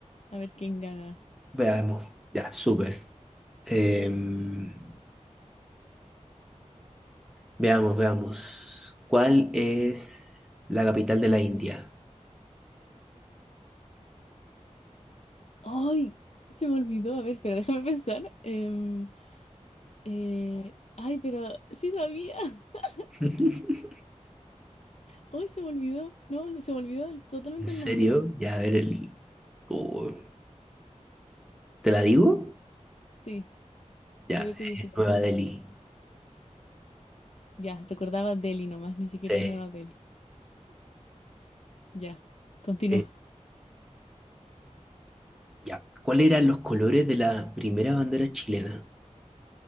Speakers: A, on the left (about 60°); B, in the centre.
A: a ver quién gana.
B: Veamos. Ya, súper. Em, Veamos, veamos. ¿Cuál es la capital de la India?
A: ¡Ay! Se me olvidó. A ver, espera, déjame pensar. Em, Eh, ay, pero sí sabía. <laughs>
B: <laughs>
A: Hoy se me olvidó. No, se me olvidó el- totalmente
B: ¿En serio?
A: el nombre.
B: Ya, a ver el... oh, ¿te la digo?
A: Sí,
B: Ya,
A: me dio curiosidad.
B: es Nueva Delhi.
A: Ya, recordaba Delhi nomás, ni siquiera
B: Sí.
A: Nueva Delhi. Ya, continúa.
B: eh, ya. ¿Cuáles eran los colores de la primera bandera chilena?